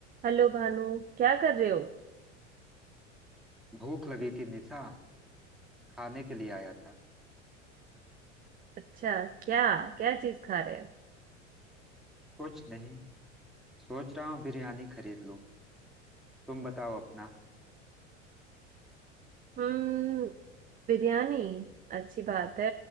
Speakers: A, on the right; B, in the centre.
A: हेलो भानु क्या कर रहे हो
B: भूख लगी थी निशा खाने के लिए आया था
A: अच्छा क्या क्या चीज खा रहे हो
B: कुछ नहीं सोच रहा हूँ बिरयानी खरीद लूँ तुम बताओ अपना
A: हम्म बिरयानी अच्छी बात है